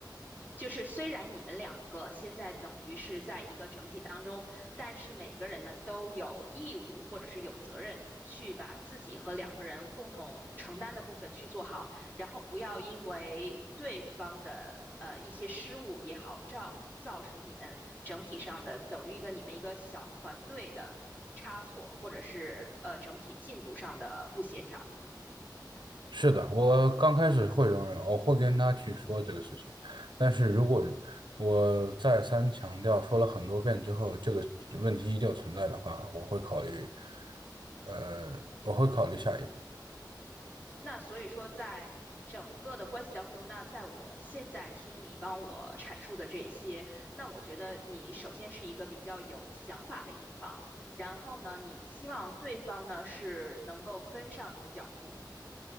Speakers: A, on the left (about 25°); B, on the right (about 80°).
A: 就是虽然你们两个现在等于是在一个整体当中，但是每个人呢都有义务或者是有责任去把自己和两个人共同承担的部分去做好，然后不要因为对方的呃一些失误也好，造造成你们整体上的等于一个你们一个小团队的差错，或者是呃整体进度上的不协调。
B: 是的，我刚开始会容忍，我会跟他去说这个事情，但是如果我再三强调，说了很多遍之后，这个问题依旧存在的话，我会考虑，呃，我会考虑下一步。
A: 那所以说，在整个的关系当中，那在我现在听你帮我阐述的这些，那我觉得你首先是一个比较有想法的一方，然后呢，你希望对方呢是能够跟上你的脚步。